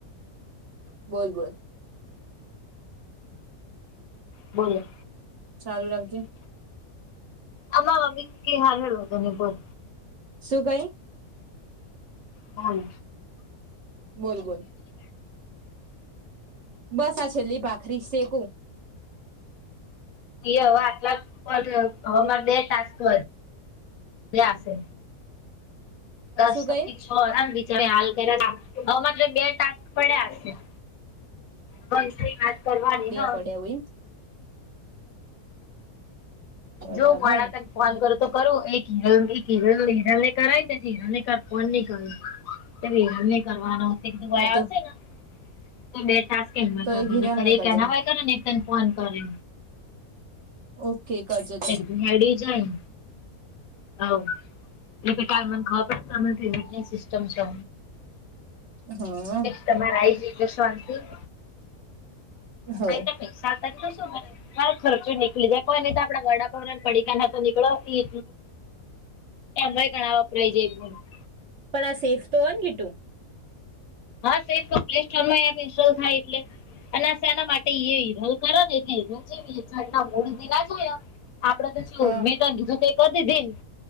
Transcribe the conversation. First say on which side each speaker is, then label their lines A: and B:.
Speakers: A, on the right; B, on the left.
A: બોલ બોલ.
B: બોલો.
A: ચાલું રાખજે.
B: અમા મી કે હાર હું ત નને બોર
A: શું કહે?
B: હાલ
A: બોલ બોલ. બસ, આ છેલ્લી ભાખરી શેકું.
B: એ હવે આટલા પર હ બે ટાસ્ક હોય બેહાશે ટાસ્ક
A: શું કઈ
B: કમ્પલિટ છ બચ હાલ <inaudible> કર્યા હવેત્ર બે ટાસ્ક પડ્યા બહ સી વાત? કરવાની
A: બે
B: હ
A: પડ્યા હોય એમ.
B: જો
A: બરાબર
B: વાળા ત ફોન કરો તો કરું એક હિરલ, એક હિરલ, હીરાને કારાય કે હીરાને કાર ફોન નહી કર. એને હેરાન ની કરવાનો. ધું વાયા
A: હા તો
B: આવ ને તો બે ટ
A: તો એ ઘિરાલ
B: કર નેરે
A: ન કરી
B: એના
A: દેવા
B: હોય કરે. <inaudible> તને ફોન કરે.
A: ઓકે કરજન.
B: એ હડી જાય, હવ. એ કે મને ખબ પડી, તમે સિસ્ટમ છે.
A: હા.
B: તમારે <unintelligible>
A: હવ
B: હા, પૈસા હતા, તો શું મારો ખર્ચો નીકળી જાય, કોઈ તો આપણા ગડા પડીકાના તો નીકળો, એય ગણા વપરાય જાય છે.
A: પણ આ સેફ તો હોય ને, ગીટું?
B: હા, સા તો પ્લે સોર માં એ ઇન્સ્ટોલ થાય, એટલે અને શના માટે એ હિરલ કરો ને, એટલે હિરલ જે મૂળ દિલા જોયા. આપડે તો શું
A: હા
B: મેં ત કીધું, તો એ કરી દીધી.